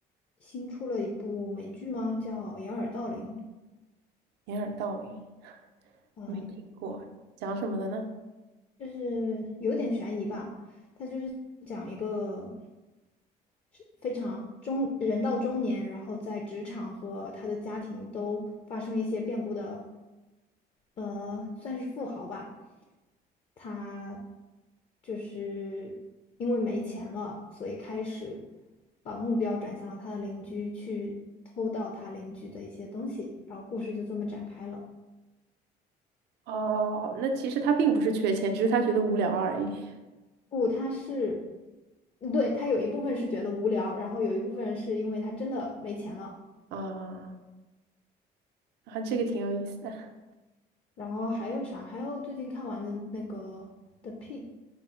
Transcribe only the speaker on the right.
掩耳盗铃，
没听过，讲什么的呢？
哦，那其实他并不是缺钱，只是他觉得无聊而已。
啊，啊，这个挺有意思的。